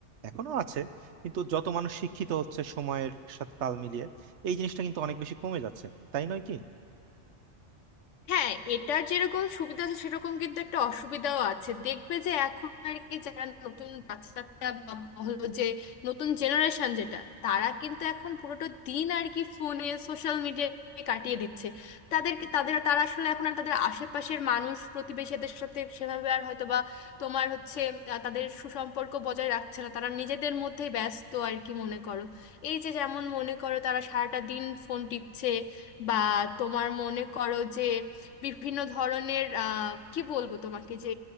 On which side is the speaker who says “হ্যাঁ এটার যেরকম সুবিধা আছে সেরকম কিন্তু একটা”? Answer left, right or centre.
Left